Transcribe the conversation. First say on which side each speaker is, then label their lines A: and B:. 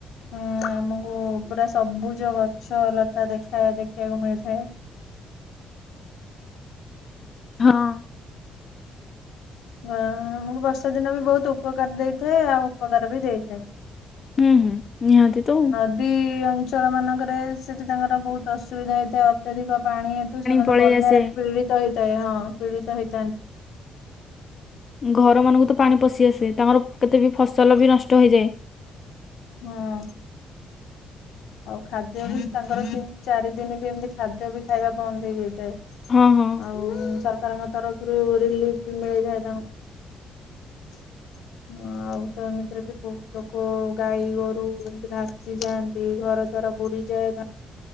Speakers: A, on the left; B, on the left.
A: ହୁଁ ଆମକୁ ପୁରା ସବୁଜ ଗଛ ଲତା ଦେଖା ଦେଖିବାକୁ ମିଳିଥାଏ।
B: ହଁ ଅଁ
A: ଅ ଆମକୁ ବର୍ଷା ଦିନ ବି ବହୁତ ଉପକାର ଦେଇଥାଏ, ଆଉ ଅପକାର ବି ଦେଇଥାଏ।
B: ହୁଁ ହୁଁ ନିହାତି ତ
A: ନଦୀ ଅଞ୍ଚଳ ମାନଙ୍କରେ ସେଠି ତାଙ୍କର ବହୁତ ଅସୁବିଧା ହେଇଥାଏ। ଅତ୍ୟଧିକ ପାଣି ହେତୁ ସେମାନେ
B: ପଳେଇ
A: ବନ୍ୟାରେ
B: ଆସେ।
A: ପୀଡିତ ହେଇଥାଏ, ହଁ ପୀଡିତ ହେଇଥାନ୍ତି।
B: ଘର ମାନଙ୍କୁ ତ ପାଣି ପଶି ଆସେ ତାଙ୍କର କେତେ ବି ଫସଲ ବି ନଷ୍ଟ ହେଇଯାଏ।
A: ହଁ ଅ ଆଉ ଖାଦ୍ୟ ବି ତାଙ୍କର ତିନି ଚାରି ଦିନ ବି ଏମିତି ଖାଦ୍ୟ ବି ଖାଇବା ବନ୍ଦ ହେଇଯାଇଥାଏ।
B: ହଁ ହଁ।
A: ଆଉ ସରକାରଙ୍କ ତରଫରୁ ରିଲିଫ ବି ମିଳିଥାଏ ତାଙ୍କୁ ଆଉ ତ ଏମିତିରେ ବି ବହୁତ ଲୋକ ଗାଈ ଗୋରୁ ଏମତି ଭାସିଯାଆନ୍ତି। ସେ ଘର ଦ୍ୱାର ବୁଡି ଯାଏ।